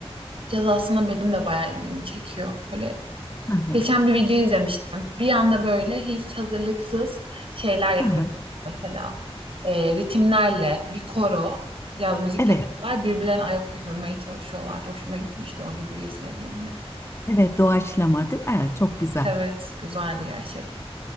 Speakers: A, on the right (about 60°); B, on the left (about 25°).
A: Caz aslında benim de bayağı ilgimi çekiyor. Böyle
B: <laughs>
A: geçen bir video izlemiştim. Bir anda böyle hiç hazırlıksız şeyler
B: Ha,
A: yapıyorlar. Mesela e, ritimlerle bir koro caz müzik
B: evet,
A: yapıyorlar. Birbirlerine ayak uydurmaya çalışıyorlardı. Hoşuma gitmişti o videoyu izlediğimde.
B: evet doğaçlama değil mi? Evet, çok güzel.
A: Evet, güzeldi gerçekten.